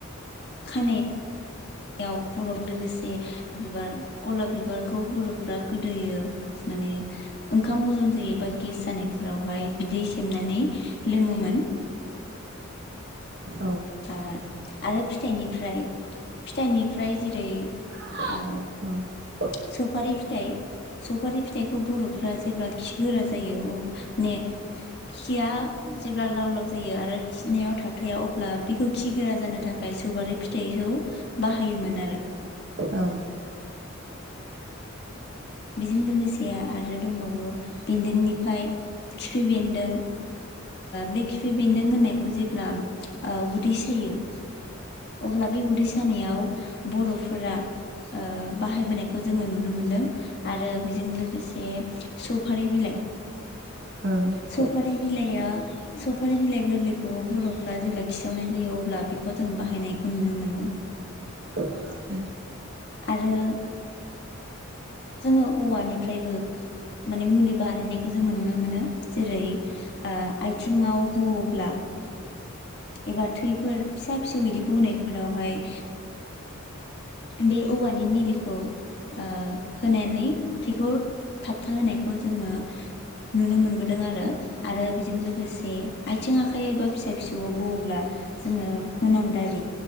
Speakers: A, on the left (about 55°); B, on the right (about 55°).
A: खानायाव बर' लोगोसे बिबार गलाब बिबारखौ बर'फ्रा गोदोयो माने ओंखाम हजम जायोबा गेस जानायफोरावहाय बिदै सेबनानै लोङोमोन
B: औ
A: आरो फिथायाइनिफ्राय फिथाइनिफ्राय जेरै
B: औ
A: ओ सफारि फिथाइ सफारि फिथाइखौ बर'फ जेब्ला खि गोरा जायो अ ने खिया जेब्ला लाव लाव जायो आरो खिनायाव थाबथाया अब्ला बेखौ खिगोरा जानो थाखाय सफारि फिथाइखौ बाहायोमोन आरो
B: औ
A: बेजों लोगोसे आरो दंबावो बेन्दोंनिफ्राय खिफि बेन्दों बे खिफि बेन्दों होननायखौ जेब्ला उदै सायो अब्ला बे उदै सानायाव बर'फोरा बाह यबोनायखौ जोङो नुनो मोन्दों आरो बेजों लोगोसे सफारि बिलाइ
B: ओ
A: सफारि बिलाइआ सफारि बिलाइ गोरलै बेखौबो बर'फ्रा जेब्ला खिसावनाय जायो अब्ला बेखौ जों बाहायनायखौ नुनो मोनदों
B: उम
A: आरो जोङो औवानिफ्रायबो माने मुलि बानायनायखौ जोङो नुनो मोनो जेरै आथिङाव बौवोब्ला एबा थैफोर फिसा फिसौ बिदि बौनायफोरावहाय बे औवानि निलिखौ ओ होनानै थैखौ थाबथा होनायखौ जोङो नुनो मोनबोदों आरो आरो बेजों लोगोसे आथिं आखाइ एबा फिसा फिसौ आव बौवोब्ला जोङो मोनामदारि